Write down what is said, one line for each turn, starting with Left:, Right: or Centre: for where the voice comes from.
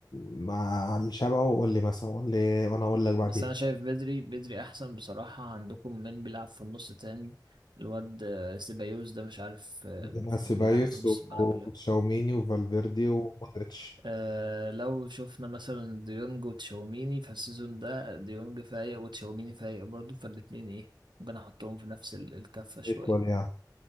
Left: مع الشبع وقول لي مثلا قول لي وانا اقول لك بعديها
Right: بس أنا شايف بدري بدري أحسن بصراحة عندكم من بيلعب في النص تاني الواد آه، سيبايوس ده مش عارف آه،
Left: عندنا سيبايوس
Right: بيلعب في نص
Left: و-
Right: الملعب ليه
Left: وتشاوميني وفالفيردي ومودريتش
Right: آه لو شفنا مثلا ديونج وتشاوميني فالسيزون ده ديونج فايق وتشاوميني فايق برضه فالاتنين ايه ممكن احطهم في نفس ال- الكفة شوية
Left: ايكوال يعني